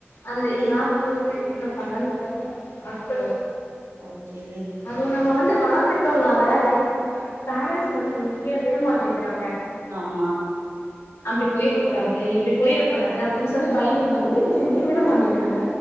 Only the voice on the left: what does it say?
அந்த இதெல்லா
போது என்ன பண்ணன்னு தெர்ல ஆட்களு
அதுவு நம்ம வந்து வளந்துட்டோன்னால லைக் பேரண்ட்ஸ் வந்து நம்ம ஃபிரீயா விட மாட்டேங்கிறாங்க
அப்டி போயிரக்க கூடாது இப்டி போயிறக்கூடாது அப்டின்னு சொல்லி பயந்து பயந்து இங்கே எங்கயு விட மாட்டேங்கிறாங்க.